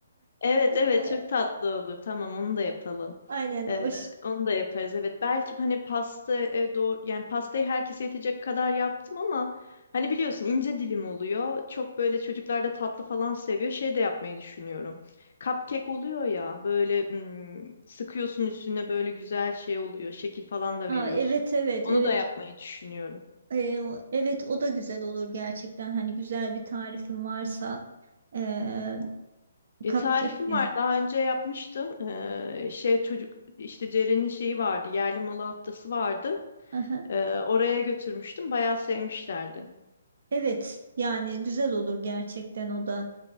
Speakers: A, on the left; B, on the right.
A: evet
B: <laughs>
A: evet çok tatlı olur. Tamam onu da yapalım.
B: Aynen
A: Ee,
B: o ş-
A: onu da yaparız. Evet belki hani pasta e, doğru yani pastayı herkese yetecek kadar yaptım ama hani biliyorsun ince dilim oluyor. Çok böyle çocuklar da tatlı falan seviyor. Şey de yapmayı düşünüyorum. Cupcake oluyor ya böyle hmm, sıkıyorsun üstüne böyle güzel şey oluyor. Şekil falan da
B: Aa,
A: veriyorsun.
B: evet evet
A: Onu
B: evet
A: da yapmayı düşünüyorum.
B: Ee, o- evet o da güzel olur gerçekten hani güzel bir tarifin varsa ee,
A: E,
B: cupcake
A: tarifim
B: de.
A: var. Daha önce yapmıştım. Ee, şey çocuk işte Ceren'in şeyi vardı. Yerli malı haftası vardı.
B: Aha.
A: Ee, oraya götürmüştüm. Bayağı sevmişlerdi.
B: Evet yani güzel olur gerçekten o da.